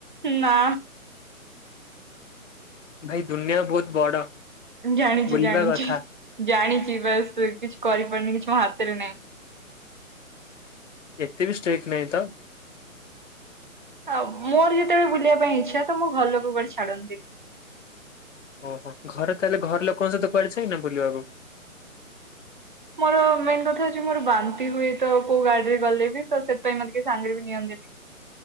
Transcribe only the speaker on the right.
ନା।
ଜାଣିଚି
ଜାଣିଚି
ଜାଣିଚି ବସ୍ କିଛି କରିପାରୁନି କିଛି ମ ହାତ ରେ ନାଇ।
ଆ ମୋର ଯେତେବେଳେ ବୁଲିବା ପାଇଁ ଇଚଛା ତ ମୁଁ ଘର ଲୋକ କୁଆଡେ ଛାଡନ୍ତିନି।
ମୋର ମେନ୍ କଥା ହଉଚି ମୋର ବାନ୍ତି ହୁଏ ତ କୋଉ ଗାଡିରେ ଗଲେ ବି ତ ସେଥିପାଇଁ ମତେ କିଏ ସାଙ୍ଗରେ ବି ନିଅନ୍ତିନି। <inaudible>